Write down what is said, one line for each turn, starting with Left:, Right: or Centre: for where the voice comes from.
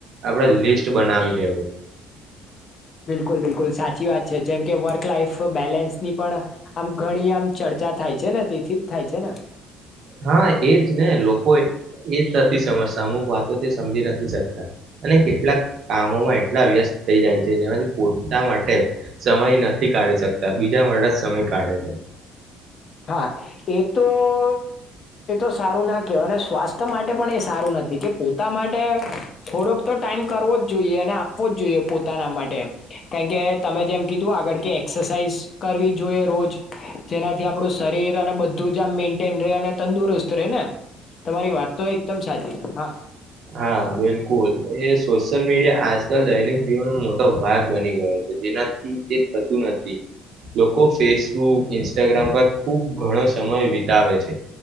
Right: આપડ લિસ્ટ બનાવી દેવું
Left: બિલકુલ બિલકુલ સાચી વાત છે જેમ કે વર્ક લાઈફ બેલેન્સની પણ આમ ઘણી આમ ચર્ચા થાય છે ને તેથી જ થાય છે ને
Right: હા એજ ને લોકો એ જ નથી સમજતા અમુક વાતો તે સમજી નથી શકતા અને કેટલાક કામોમાં એટલા વ્યસ્ત થઈ જાય છે જેમાંથી પોતા માટે સમય નથી કાઢી શકતા બીજા માટે જ સમય કાઢે છે
Left: <inaudible> તો એ તો સારું ના કહેય અને સ્વાસ્થ્ય માટે પણ એ સારું નથી કે પોતા માટે થોડોક તો ટાઈમ કરવો જ જોઈએ અને વો જ જોઈએ પોતાના માટે કારણ કે તમે જેમ કીધું આગળ કે એક એક્સરસાઇઝ કરવી જોઈએ રોજ જેનાથી આપ આપણું શરીર અને બધું જ આમ મેન્ટેન રહે અને તંદુરસ્ત રહે ને તમારી વાત તો એકદમ સાચી છે હા
Right: હા બિલકુલ એ સોશિયલ મીડિયા આજકાલ દૈનિક જીવનનો મોટો ભાગ બની ગયો છે જેનાથી તે થતું નથી લોકો ફેસબુક ઇન્સ્ટાગ્રામ પર ખુબ ઘણો સમય આવે છે